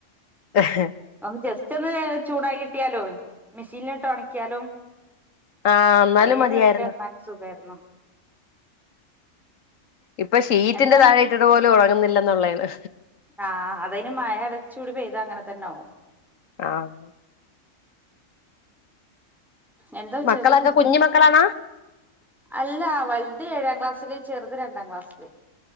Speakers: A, on the left (about 80°); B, in the centre.
A: ആഹ
B: ഒന്ന് ജസ്റ്റ് ഒന്ന് ചൂടായി കിട്ടിയാലോ മെഷീനിലോട്ട് ഒണക്കിയാലോ
A: ആഹ് എന്നാലും
B: ചെറിയൊരു
A: മതിയായിരുന്നു
B: വഴിയില് വന്നാല സുഖമായിരുന്നു
A: ഇപ്പൊ ഷീറ്റിന്റെ
B: എന്താന്നിട്ട്
A: താഴെ ഇട്ടിതുപലും ഉണങ്ങുന്നില്ലെന്നുള്ളോണ്
B: ആഹ് അതതിന് മഴ അടച്ചൂടി പെയ്തത് അങ്ങനെ തന്നെ ആവും
A: ആഹ്
B: എന്താ ഉച്ചക്ക
A: മക്കളൊക്കെ
B: ഫുഡ്
A: കുഞ്ഞു മക്കളാണാ
B: അല്ല വലുത് ഏഴാം ക്ലാസ്സിലേ ചെറു രണ്ടാം ക്ലാസ്സിലേ